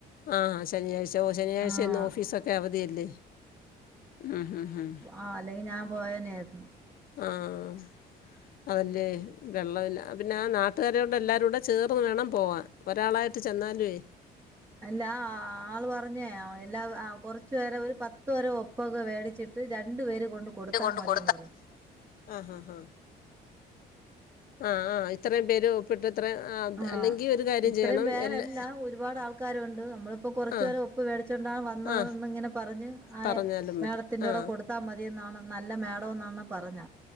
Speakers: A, on the left; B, on the right.
A: ആഹ് ശനിയാഴ്ച ഓ ശനിയാഴ്ച
B: ആഹ്
A: ഇന്ന് ഓഫീസക്കെ അവധിയല്ലേ ഉം ഉം ഉം
B: ആഹ് അല്ലെങ്കിൽ ഞാൻ പോയനായിരുന്നു
A: ആഹ് അതല്ലേ വെള്ളമില്ല പിന്നെ ആഹ് നാട്ടുകാരോണ്ട് എല്ലാവരും കൂടെ ചേർന്ന് വേണം പോവാൻ ഒരാളായിട്ട് ചെന്നാലുവേ
B: അല്ല ആള് പറഞ്ഞേ എല്ലാ കുറച്ചു പേരെ ഒരു പത്തു പേരെ ഒപ്പൊക്കെ വേടിച്ചിട്ട് രണ്ട് പേര് കൊണ്ട് കൊടുത്താൽ
A: കൊണ്ട്
B: മതിയെന്ന്
A: കൊടുത്ത
B: പറഞ്ഞു
A: ആഹ് ആഹ് ആഹ് ആഹ് ആഹ് ഇത്രയും പേര് ഒപ്പിട്ട് ഇത്രയും ആ
B: ആഹ്
A: അല്ലെങ്കിൽ ഒരു കാര്യം
B: ഇത്രയും
A: ചെയ്യണം
B: പേരല്ല
A: എല്ലാ
B: ഒരുപാട് ആൾക്കാരുണ്ട് നമ്മളിപ്പോ കുറച്ചുപേര
A: ആ
B: ഉപ്പ് മേടിച്ചുകൊണ്ടാണ് വന്നത്
A: ആ
B: ഇങ്ങനെ പറഞ്ഞഞ് ആഹ
A: പറഞ്ഞാലും മതി
B: മേഡത്തിന്റൂടെ
A: ആ
B: കൊടുത്ത് ത്താ മതിയ എന്നാണ് നല്ല മേഡം എന്നാണ് പറഞ്ഞ